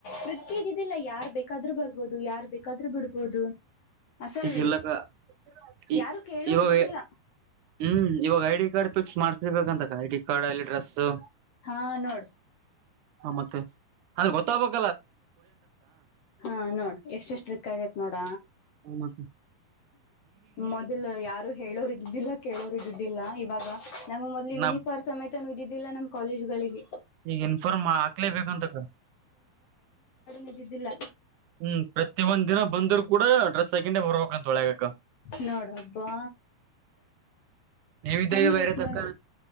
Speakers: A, on the left; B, on the right.
A: ಪ್ರೃತಿಯಗಿದ್ದಿಲ್ಲ ಯಾರ್ ಬೇಕಾದ್ರೂ ಬರ್ಬೋದು ಯಾರ್ ಬೇಕಾದ್ರೂ ಬಿಡ್ಬೋದು ಅಸಲ್
B: ಈಗರ್ಲಕ್ಕ ಈ
A: ಯಾರು ಕೇಳೋರ್
B: ಇವಾಗ
A: ಇದ್ದಿದ್ದಿಲ್ಲ
B: ಹ್ಮ್ ಇವಾಗ ಐಡಿ ಕಾರ್ಡ್ ಪಿಸ್ ಮಾಡ್ರ್ಬೇಕ ಅಂತ ಗ ಕಡಲಿ ಡ್ರೆಸ್ಸು
A: ಹಾ ನೋಡ್
B: ಹ ಮತ್ತೆ ಅವರಿಗೆ ಗೊತ್ತಾಗಬೆಕ್
A: ಹಾ ನೋಡ್ ಎಷ್ಟು ಸ್ಟ್ರಿಕ್ ಆಗೇತ್ ನೋಡ
B: ಹತ್ತ
A: ಮೊದಲು ಯಾರು ಹೇಳೋರ ಇದ್ದಿದ್ದಿಲ್ಲ ಕೇಳೋರು ಇದಿದ್ದಿಲ್ಲ ಇವಾಗ ನಮ್ ಮೊದ್ಲು
B: ನಾ
A: ಇನಿಫರ್ ಸಮೇತ ಇದಿದ್ದ ಇದಿಲ್ಲ ನಮ್ ಕಾಲೇಜ್ಗಳಿಗೆ
B: ಈಗ ಇನ್ಫಾರ್ಮ್ ಆಕ್ಲೇಬೇಕುಂತ ಕ
A: ನಿಜಿದ್ದಿಲ್ಲ
B: ಹ್ಮ್ ಪ್ರತಿಯೊಂದ್ ದಿನ ಬಂದ್ರು ಕೂಡ ಡ್ರೆಸ್ ಹಾಕೊಂಡೆ ಬರ್ಬೇಕಂತ ಒಳ್ಳೆಗಕ
A: ನೋಡ ಹಬ್ಬಾ
B: ನೀವಿದ್ದಾಗ
A: ಹೆಂಗೈತ
B: ಬೇರೆ ತಕ್ಕ
A: ನೊಡ್